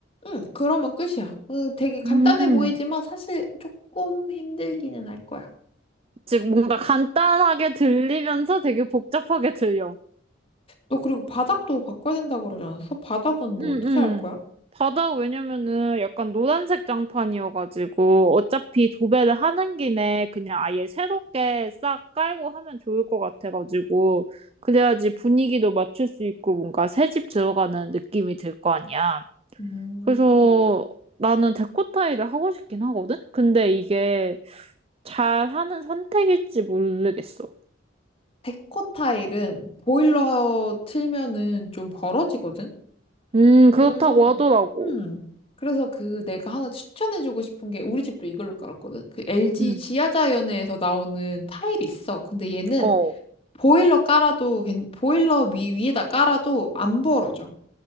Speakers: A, on the left (about 30°); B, on the right (about 30°).
A: 응, 그러면 끝이야. 응, 되게 간단해
B: 음,
A: 보이지만 사실 조금 힘들기는 할 거야.
B: 즉, 뭔가 간단하게 들리면서 되게 복잡하게 들려.
A: 너 그리고 바닥도 바꿔야 된다고 그러지 않았어? 바닥은 뭐
B: 음,
A: 어떻게
B: 음.
A: 할 거야?
B: 바다, 왜냐면은 약간 노란색 장판이어가지고, 어차피 도배를 하는 김에 그냥 아예 새롭게 싹 깔고 하면 좋을 것 같아가지고, 그래야지 분위기도 맞출 수 있고, 뭔가 새집 들어가는 느낌이 들 거 아니야.
A: 음,
B: 그래서 나는 데코타이를 하고 싶긴 하거든? 근데 이게 잘하는 선택일지 모르겠어.
A: 데코 타일은 보일러 틀면은 좀 벌어지거든?
B: 음, 그렇다고
A: 그래서,
B: 하더라고.
A: 음, 그래서 그 내가 하나 추천해주고 싶은 게 우리 집도 이걸로 깔았거든? 그 LG
B: 음,
A: 지하자연에서 나오는 타일이 있어. 근데 얘는
B: 어.
A: 보일러 깔아도, 괜- 보일러 위, 위에다 깔아도 안 벌어져.